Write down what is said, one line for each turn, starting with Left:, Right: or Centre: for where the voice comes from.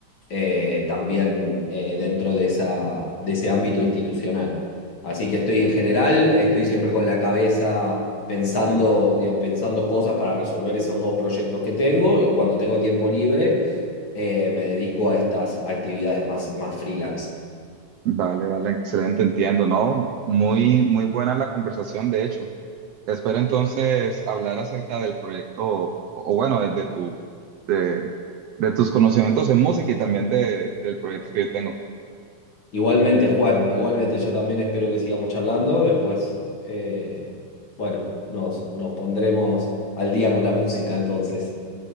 Left: eh, también eh, dentro de esa, de ese ámbito institucional. Así que estoy en general, estoy siempre con la cabeza pensando, digamos, pensando cosas para resolver esos dos proyectos que tengo y cuando tengo tiempo libre eh, me dedico a estas actividades más, más freelance.
Right: Vale, vale, excelente, entiendo, ¿no? Muy, muy buena la conversación, de hecho. Espero entonces hablar acerca del proyecto, o, o bueno, de, de tu, de, de tus conocimientos en música y también de, del proyecto que yo tengo.
Left: Igualmente, Juan, igualmente, yo también espero que sigamos charlando. Después, eh, bueno, nos, nos pondremos al día con la música entonces.